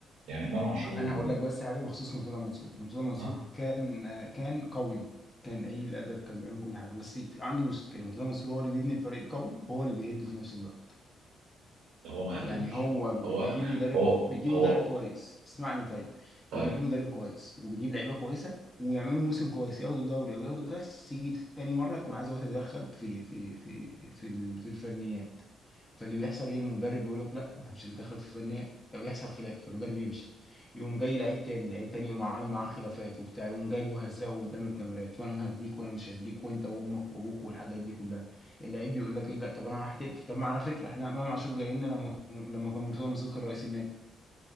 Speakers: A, on the right (about 80°); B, on the left (about 15°).
A: يعني امام عاشور
B: انا
A: و...
B: هقول لك بس حاجه بخصوص مرتضى منصور مرتضى منصور
A: ها
B: كان آه، كان قوي كان قليل الادب كان بيعمل كل حاجه بس في- عنده مشكله مرتضى منصور هو اللي بيبني الفريق القوي وهو اللي بيهد في نفس الوقت
A: ده هو ما
B: يعني
A: هدوش
B: هو بيجيب
A: هو
B: مدرب
A: هو
B: بيجيب
A: هو
B: مدرب كويس اسمعني طيب
A: طيب
B: بيجيب مدرب كويس وبيجيب لعيبه كويسه ويعملوا موسم كويس ياخدوا دوري او ياخدوا كاس يجي تاني مره يكون عايز هو يتدخل في في في في ال- في الفنيات فاللي بيحصل ايه المدرب يقول لك لا انت مش هتتدخل في الفنيات لو يحصل خلاف فالمدرب يمشي يقوم جاي لعيب تاني لعيب تاني يقوم عامل معاه خلافات وبتاع يقوم جايبه هزقه قدام الكاميرات وانا مهديك وانا مش هديك وانت وامك وابوك والحاجات دي كلها اللعيب بيقول لك ايه لا طب انا هحترف طب ما على فكره احنا امام عاشور جاي لنا لما كان- لما كان مرتضى منصور كان رئيس النادي